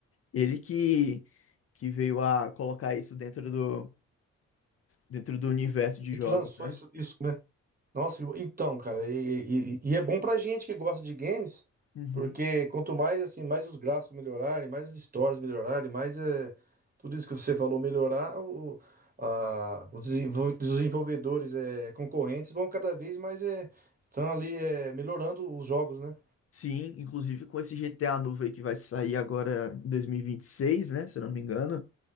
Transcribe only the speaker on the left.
Ele que, que veio a colocar isso dentro do, dentro do universo de
jogos,
né?
Uhum.
Sim, inclusive com esse GTA novo aí que vai sair agora em 2026, né? Se eu não me engano.